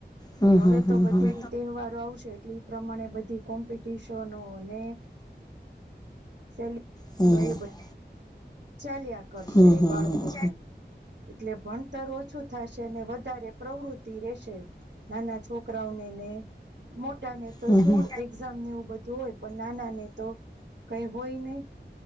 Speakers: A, on the left (about 20°); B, on the right (about 75°).
A: હમ
B: હવે
A: હમ હમ
B: તો બધી
A: હમ.
B: તહેવારો આવશે એટલે એ પ્રમાણે બધી કોમ્પિટિશનો ને સે એવી
A: કોમ્પિટિશનો ને હમ હમ
B: બધી ચાલ્યા કરશે
A: હમ હમ હમ
B: બાળકો ને એટલે ભણતર ઓછું થશે અને વધારે પ્રવૃતિ રહેશે નાના છોકરાઓને ને મોટા ને તો
A: હમ
B: શું એક્ઝામ ને એવું બધું હોય પણ નાના ને તો કઈ હોય નહી